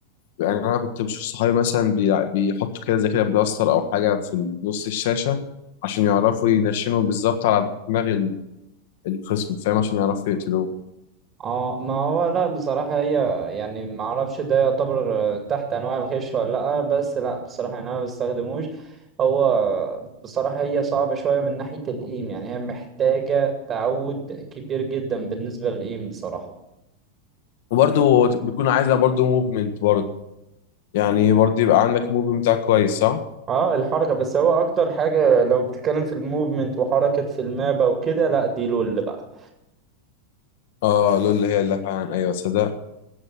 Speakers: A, on the left (about 50°); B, on the right (about 30°).
A: يعني انا كنت بشوف صحابي مثلا بي- بيحطوا كده زي كده بلاستر او حاجه في نص الشاشه عشان يعرفوا ينشنوا بالظبط على دماغ ال- الخصم فاهم عشان يعرفوا يقتلوه
B: اه ما هو لا بصراحه هي يعني ما اعرفش ده يعتبر آه، تحت انواع الغش ولا لا بس لا بصراحه يعني انا ما بستخدموش هو بصراحه هي صعبه شويه من ناحيه الايم يعني هي محتاجه تعود كبير جدا بالنسبه للايم بصراحه
A: وبرده بيكون عايزه برده موفمنت برده يعني برده يبقى عندك موفمنت بتاعك كويس صح
B: اه الحركة بس هو اكتر حاجة لو بتتكلم في الموفمنت وحركة في المابة وكده لا دي لول بقى
A: اه لول هي اللي فعلا ايوه صدق